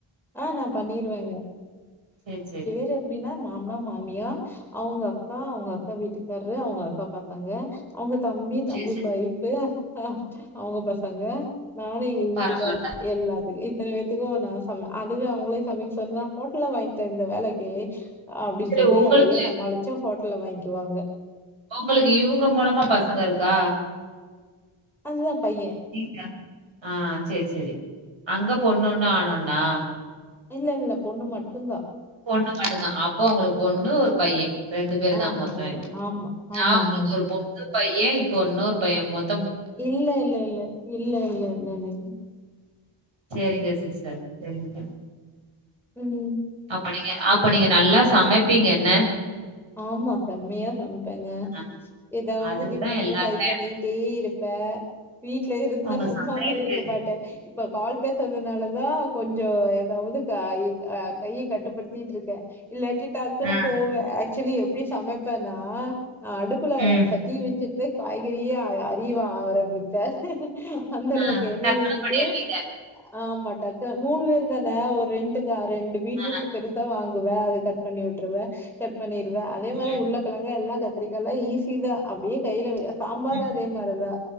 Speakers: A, in the centre; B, on the right.
A: ஆ நா பண்ணிருவேங்க
B: சேர் செரி
A: இங்க எப்டின்னா மாமனா மாமியா அவ்ங்க அக்கா அவ்ங்க காரரு அவ்ங்க அக்காப் பாசங்க அவ்ங்க தம்பி
B: சரி,
A: தம்பிப்
B: சரி.
A: வைஃப் பு அ அவங்க பசங்க நானு எங்க வீட்டுக்காரர்
B: பரவால்ல.
A: எல்லாத்துக்கு த் தன பேத்துக்கு நா சம அதுவே அவ்ங்களே சமைக்க சொன்னா ஹோட்டல்ல வாங்கி தந்து வேலைக்கி அப்டின்
B: சரி
A: சொல்லி
B: உங்களுக்கு
A: அப்டியே சமாளிச்சா ஹோட்டல்ல வாங்கிவாங்க
B: உங்களுக்கு இவங்க மூலமா பசங்க இருக்கா
A: அது தா பைய
B: <unintelligible> ஆ சேர் செரி அங்கே பொண்ணொன்னு ஆணொண்ணா
A: இல்லல்ல பொண்ணு மட்டுந் தா
B: பொண்ணு மட்டுந்தா அப்போ உங்களுக் பொண்ணு ஒரு பைய ரெண்டு பேர் தா
A: ஆமா
B: மொத்தமே
A: ஒரு ஆமா ஆமா
B: ஆ உங்களுக்கு
A: ஆமாங்க
B: ஒரு பொண்ணு பைய இப்ப இன்னோரு பைய மொத்
A: இல்ல இல்லேல்ல இல்ல இல்லேல்லேலல
B: செரிங்க சிஸ்டர் சரிங்க சரி
A: ம்
B: அப்ப நீங்க அப்ப நீங்க நல்லா சமைப்பீங்க என்ன
A: ஆமா செம்மயா சமைப்பேங்க
B: ஆ.
A: ஏதாவது
B: அதுக்கு
A: டிஃப்ரெண்டா
B: தான் எல்லாருமே
A: ட்ரை பண்ணி டே இருப்பே வீட்ல இருந்தா
B: உங்க
A: சும்மாவே
B: சமையலுக்கு
A: இருக்க மாட்டே இப்ப கால் பேசறதுனால தா கொஞ்சோ ஏதாவது காயி அ கைய கட்டுப்படுத்திட்டு இருக்கே இல்லாட்டி டக்குன்னு
B: ஆ.
A: போவே ஆ க்சுலி எப்டி சமைப்பேன்னா நா அடுப்புல
B: ம்.
A: சட்டிய வெச்சிட்டு போய் காய்கறியே அ அரிவ ஆரம்பிப்பே அந்த அளவுக்கு
B: ஆ
A: எண்ணெய
B: டக்குனு
A: ஊத்திட்டு
B: பண்ணிருவீங்க.
A: ஆமா டக்குன்னு மூணு பேரு தானே ஒரு ரெண்டு கா ரெண்டு பீட்ரூட்டு
B: ஆ.
A: பெருசா வாங்குவ அத கட் பண்ணி விட்டுருவ கட் பண்ணிருவ அதே மாரி
B: ம்.
A: உருளக்கிழங்கு எல்லா கட் கத்திரிக்கால்லா ஈஸி தா அப்டியே கையில சாம்பார்
B: ம்.
A: அதே மாரி தா